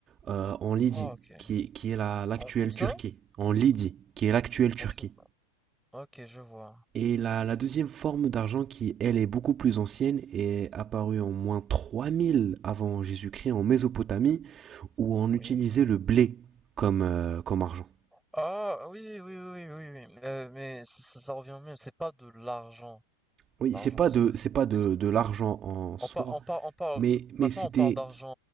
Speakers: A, on the right (about 25°); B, in the centre.
A: euh, en Lydie,
B: Oh, ok.
A: qui, qui est la- l'actuelle
B: En- où ça?
A: Turquie. En Lydie, qui est l'actuelle Turquie.
B: En Tu- Ok, je vois.
A: Et la, la deuxième forme d'argent qui, elle, est beaucoup plus ancienne, est apparue en moins 3000 avant Jésus-Christ en Mésopotamie, où on
B: Oui.
A: utilisait le blé comme, euh, comme argent.
B: Ah, oui, oui, oui, oui, oui. oui. Euh, mais ça, ça- ça revient au même. C'est pas de l'argent.
A: Oui,
B: L'argent,
A: c'est pas
B: parce
A: de,
B: que le-
A: c'est pas de,
B: le-
A: de l'argent en soi,
B: on, par- on, par- on parle.
A: mais,
B: Maintenant,
A: mais c'était...
B: on parle d'argent